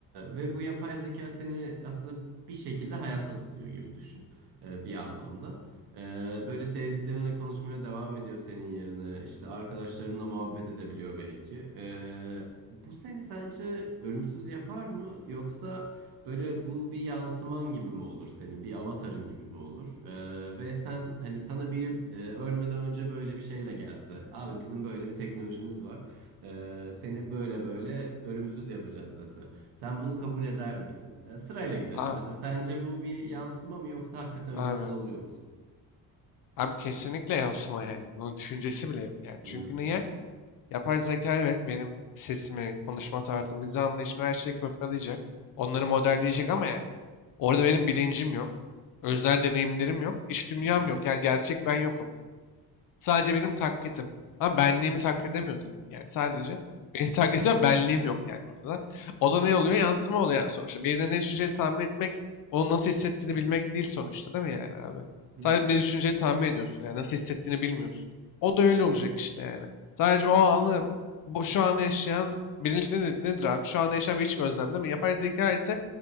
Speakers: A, on the right (about 70°); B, on the left (about 55°).
A: ve bu yapay zeka seni aslında bir şekilde hayatta tutuyor gibi düşün. ee, bir anlamda. Ee, böyle sevdiklerinle konuşmaya devam ediyor senin yerine. İşte arkadaşlarınla muhabbet edebiliyor belki. Ee, bu seni sence ölümsüz yapar mı? Yoksa böyle bu bir yansıman gibi mi olur senin? Bir avatarın gibi mi olur? Ee, ve sen hani sana biri e, ölmeden önce böyle bir şeyle gelse. Abi bizim böyle bir teknolojimiz var. Ee, seni böyle böyle ölümsüz yapacağız dese. Sen bunu kabul eder miydin? Ee, sırayla gidelim.
B: Abi.
A: Mesela sence bu bir yansıma mı yoksa hakikaten
B: Abi.
A: ölümsüz oluyor musun?
B: Abi kesinlikle yansıma yani. Bunun düşüncesi bile yok yani.
A: Hı
B: Çünkü
A: hı,
B: niye? Yapay zeka evet benim sesimi, konuşma tarzımı, mizah anlayışımı her şeyi kopyalayacak. Onları modelleyecek ama yani. Orada benim bilincim yok. özel deneyimlerim yok. iç dünyam
A: hı
B: yok. Yani gerçek ben yokum. Sadece benim taklitim. Ama benliğimi taklit edemiyor tabii ki yani. Sadece beni <laughs> taklit ediyor ama benliğim yok yani ortada. O da ne oluyor? Yansıma oluyor yani sonuçta. Birine ne düşüneceğini tahmin etmek, onun nasıl hissettiğini bilmek değil sonuçta değil mi yani abi?
A: hı,
B: Sadece ne düşüneceğini tahmin ediyorsun yani. Nasıl hissettiğini bilmiyorsun. O da öyle olacak işte yani. Sadece o anı, bu, şu anı yaşayan, bilinç ne nedir abi? Şu anı yaşayan bir iç gözlem değil mi? Yapay zeka ise